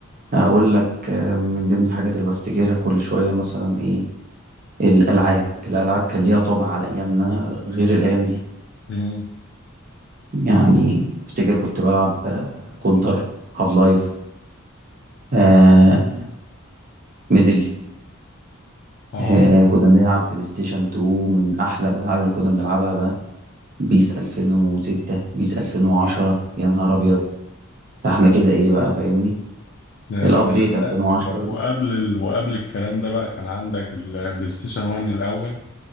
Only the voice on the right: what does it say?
أقول لك آه، من ضمن الحاجات اللي بفتكرها كل شوية مثلا إيه الألعاب الألعاب كان ليها طابع على أيامنا غير الأيام دي
يعني أفتكر كنت بلعب آه، كونتر هاف لايف آه، ميدل
آه، كنا بنلعب بلاي ستيشن 2 من أحلى الألعاب اللي كنا بنلعبها بقى بيس 2006 بيس 2010 يا نهار أبيض ده إحنا كده إيه بقى فاهمني
الأبديت
2010
دي